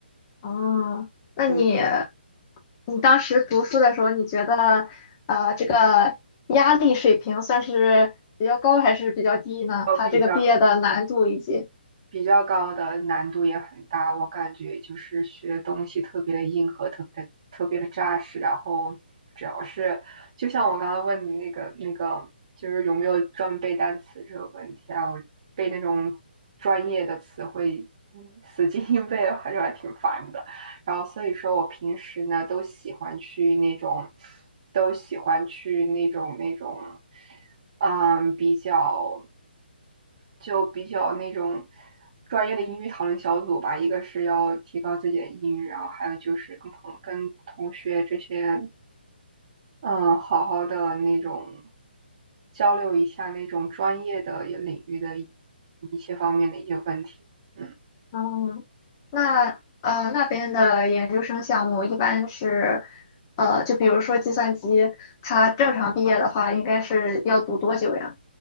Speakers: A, on the left (about 20°); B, on the right (about 30°).
A: 哦，那你
B: 嗯，
A: 你当时读书的时候，你觉得呃这个压力水平算是比较高还是比较低呢？它这个毕业的难度以及
B: 比较。比较高的难度也很大，我感觉就是学的东西特别的硬核，特别的特别的扎实。然后主要是，就像我刚刚问你那个那个，就是有没有专门背单词这个问题啊？我背那种专业的词汇，嗯 <laughs> 死记硬背的话就还挺烦的。然后所以说我平时呢都喜欢去那种，都喜欢去那种那种，嗯，比较。就比较那种专业的英语讨论小组吧，一个是要提高自己的英语，然后还有就是跟朋跟同学这些，嗯，好好的那种交流一下那种专业的领域的一一些方面的一些问题。嗯
A: 嗯，那呃那边的研究生项目一般是呃就比如说计算机，它正常毕业的话应该是要读多久呀？